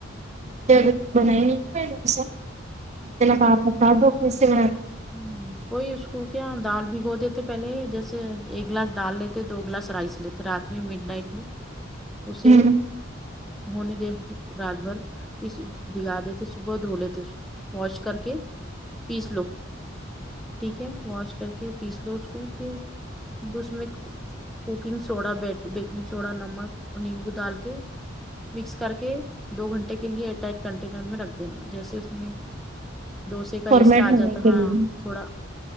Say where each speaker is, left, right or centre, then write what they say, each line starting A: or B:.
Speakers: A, on the right; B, in the centre.
A: <unintelligible> آپ بتا دو کیسے بناتے
B: ہوں وہی اس کو کیا دال بھگو دیتے پہلے جیسے ایک گلاس دال لیتے دو گلاس رائس لیتے رات میں مڈ نائٹ میں اسے
A: ہیں
B: ہونے دے رات بھر اس بھگا دیتے تھے صبح دھولے تے اسکو واش کر کے پیس لو ٹھیک ہے واش کر کے پیس لو اس کو پھر اس میں کوکنگ سوڈا بیکنگ سوڈا نمک اور نیمبو ڈال کے مکس کر کے دو گھنٹے کے لیے ایئرٹائٹ کنٹینر میں رکھ دینا جیسے اس ڈوسے کا
A: فارمیٹ
B: ایسٹ آ
A: ہونے
B: جاتا
A: کے
B: ہاں
A: لیے
B: تھوڑا